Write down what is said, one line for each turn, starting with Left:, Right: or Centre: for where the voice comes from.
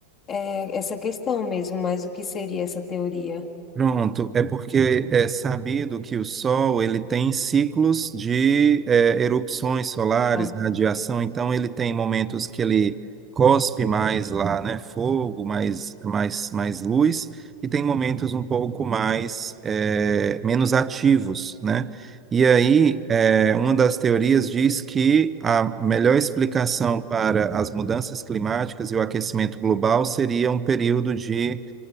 Left: eh, essa questão mesmo, mas o que seria essa teoria?
Right: Pronto, é porque é sabido que o Sol ele tem ciclos de é, erupções solares,
Left: Tá.
Right: radiação, então ele tem momentos que ele cospe mais lá, né, fogo, mais, mais, mais luz, e tem momentos um pouco mais é, menos ativos, né? E aí,
Left: Sim.
Right: é, uma das teorias diz que a melhor explicação para as mudanças climáticas e o aquecimento global seria um período de